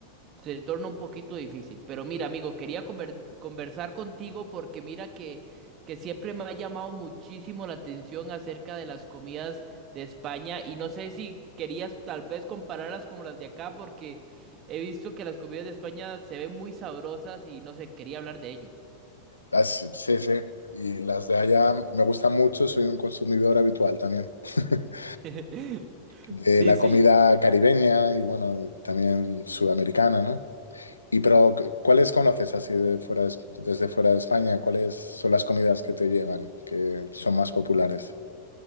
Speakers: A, on the right (about 35°); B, on the left (about 80°).
A: se torna un poquito difícil. Pero mira, amigo, quería conver- conversar contigo porque mira que, que siempre me ha llamado muchísimo la atención acerca de las comidas de España y no sé si querías tal vez compararlas con las de acá porque he visto que las comidas de España se ven muy sabrosas y no sé, quería hablar de ello.
B: Ah, sí, sí, sí. Y las de allá me gustan mucho, soy un consumidor habitual también. <laughs>
A: <laughs>
B: De
A: Sí,
B: la
A: sí.
B: comida caribeña y bueno, también sudamericana, ¿no? Y pero, ¿cuáles conoces así de fuera de- Es- desde fuera de España? ¿Cuáles son las comidas que te llegan, que son más populares?